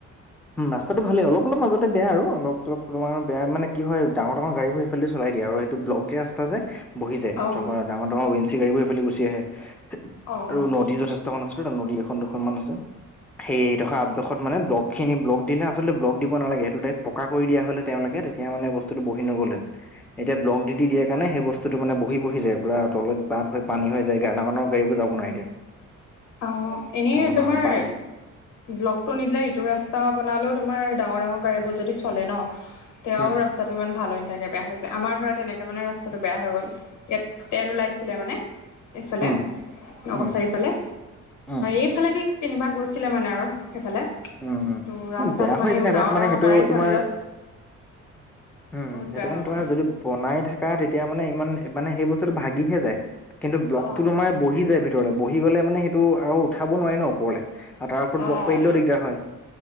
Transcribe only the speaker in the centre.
উম ৰা্তটোাল অলপ অলপ মাজতে বেয়া আৰু অলপ চলপ তমাৰ বেয়া মানে, কি হয় ডাৰ ডাঙৰ গাড়ীবোৰ সফালে চলাই দিয়ে ব্লগে আসা যায় বহি যায়,
থকা ডাঙৰ ডাঙৰ ৱেনঞ্চি গাড়ীবোৰ এইফালে গুচি আহে
আৰু নদী যথেষ্ট খন আছিল নদী এখন দুখন মান আছে, সেই এডোখ আঠডোখত মানে ব খিনি ব্ল দিলে, আচল ব্লক দিব নালাগে, সটোৰেক্টকা কৰি দিয়া হলে তেওঁলোকে তেতিয়াানে বস্তুটো বহি নগ'লে <unintelligible> এতিয়া ব্লক দি
দিয়াৰ কাৰে সেই বস্তুটো মানে বহি যায়, পৰা তত বাট হৈ পানী হৈ যায় গান গানৰ গাড়ীবোৰ যাব নাই এতিয়া
তেনেকুৱা
বাইক
উম
উম
উম
উম
উম
বেয়া
হৈ যে,
বাট মানে
সেইটো
তোমাৰ
উম,
সেইটো
মানে
তোমাৰ
যদি বনাই থকা তেতিয়া মানে, ইমান মানে সেই বস্তুটো ভাগিহে যায় কিন্তু ব্লগতো
তোমাৰ বহি যায় ভিতৰলৈ বহি গ'লে মানে সেইটো আৰু উঠাব নোৱাৰি ন ওপৰলে, আৰু তাৰ ওপৰত
লগ পাৰ দিলেও দিগদাৰ হয়